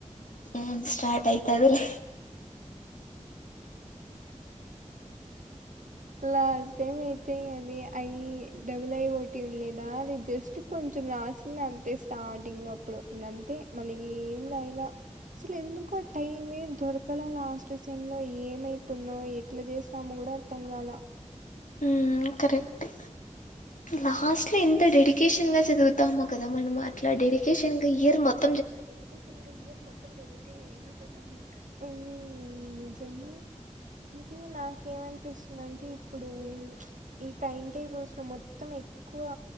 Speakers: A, on the left; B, on the right.
A: ఉమ్ స్టార్ట్ అయితాదిలే
B: లాస్ట్ టైం ఐ తే అది అయ్యి డబల్ ఐ ఓ టీ ఉండలేదా అది జస్ట్ కొంచం రాసిన్నా అంతే టాటింగ్ లో అప్పుడు ఇంగ అంతే మళ్ళీ ఏం రాయలా అసలు ఎందుకో టైమే దొరక్ కలా లాస్ట్ సెమ్ లో ఏమైతుందో ఎట్ల చేసినామో గూడ అర్థం కాలా
A: ఉమ్ కరెక్టే లాస్ట్ లో ఎంత డెడికేషన్ గా చదువుతామో కదా మనం అట్లా డెడికేషన్ గా ఇయర్ మొత్
B: మాట్లాడితే సింగ్ ఇయర్ మొత్తం జరిగితే ఏమైపోతామో ఇం ఉమ్ నిజమే అంటే నాకేం అన్పిస్తుందంటే ఇప్పుడు ఈ టైం టేబుల్స్ లో మొత్తం ఎక్ క్కువ